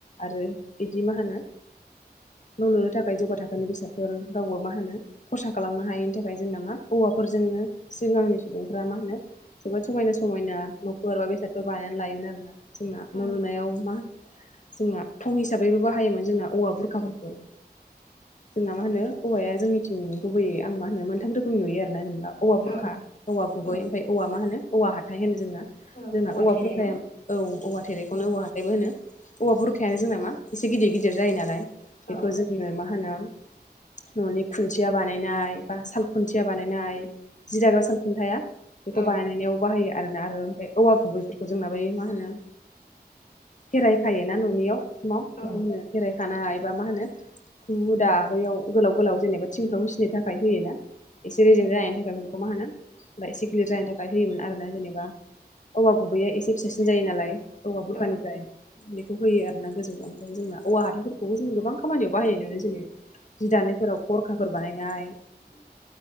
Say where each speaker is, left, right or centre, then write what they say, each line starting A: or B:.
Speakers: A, on the left (about 45°); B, on the left (about 65°).
A: आरो बिदि मा होनो न' लुनो थाखाय जौगा थाखोनि बेसादफोर रावबो मा होनो खरसा खालामनो हायैनि थाखाय जोंना मा औवाफोरजोंनो सिगांनि सुबुंफ्रा मा होनो जोबोद समायना समायना न गोरबा बेसादखौ बायनानै लायोमोन आरोोना जोंना
B: औ
A: न' लुनायाव मा जोंना थं हिसाबैबो बाहायोमोन जोंना औवा बुरखाफोरखौ। जोंना मा होनो औवाया जोंनिथिं गुबैयै आं मा होनो मोनथाम रोखोमनि नुयो आरोना जेनेबा। औवा बुरखा
B: औ
A: औवा गुबै
B: औ
A: ओमफ्राय औवा मा होनो औवा हाथाइ होनो जोंना
B: औ
A: जोंना औवा
B: थेरे
A: बुरखाया
B: ना
A: औ औवा थेरेखौनो
B: औ
A: औवा हाथाइबो होनो औवा बुरखायानो जों नामा एसे गिदिर गिदिर जायो नालाय
B: औ
A: बेखौ जोङो मा होनो न'नि खुन्थिया बानायनाय बा साल खुन्थिया बानायनाय जि दाग्रा साल खुन्थाया बेखौ
B: औ
A: बानायनायाव बाहायो आरोना आरो ओम औवा गुबैफोरखौ जोंना बै मा होनो फेरायखाय ना न'नियाव खुमा
B: औ
A: बेखौ खेरायखानाय एबा मा होनो उखुम मुदा बैयाव गोलाव गोलाव जेनेबा थिंफ्राव मिसिनो थाखाय होयोना एसे रेजें जानायनि थाखाय बेफोरखौ मा होनो बा एसे गिलिर जानायनि थाखाय होयोमोन आरो ना जेनेबा औवा गुबैया एसे फिसासिन जायो नालाय औवा बुरखानिफ्राय
B: औ
A: बेखौ होयो आरो ना गोजौ ओमफ्राय जोंना औवा हाथाइफोरखौबो जों गोबां खामानियाव बाहायनाय नुो जेनै जि दानायफोराव खरखाफोर बानायनाय